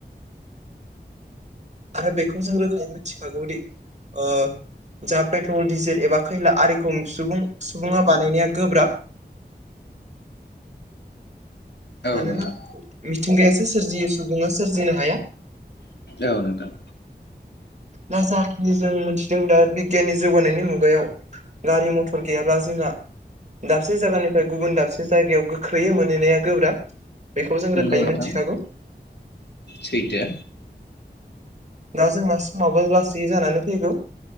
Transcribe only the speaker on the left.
नोंथां
औ नोंथां।
नोंगौ
नोंथां
सैथो।